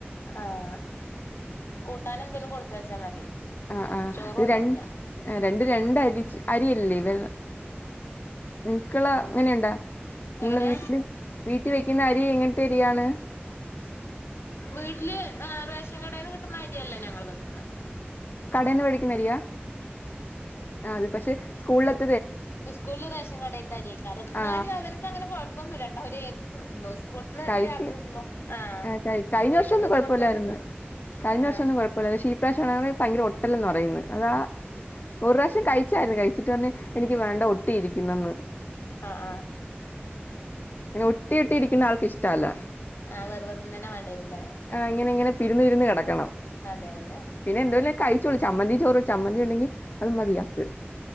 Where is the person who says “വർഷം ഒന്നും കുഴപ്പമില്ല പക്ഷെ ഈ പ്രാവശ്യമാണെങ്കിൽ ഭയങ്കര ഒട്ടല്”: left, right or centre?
Left